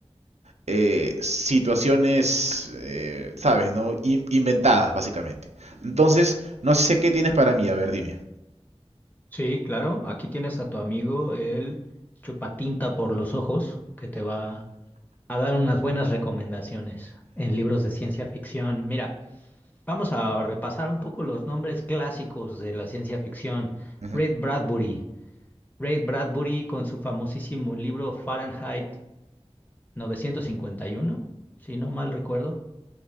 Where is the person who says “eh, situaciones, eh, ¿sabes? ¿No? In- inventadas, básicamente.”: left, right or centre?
Right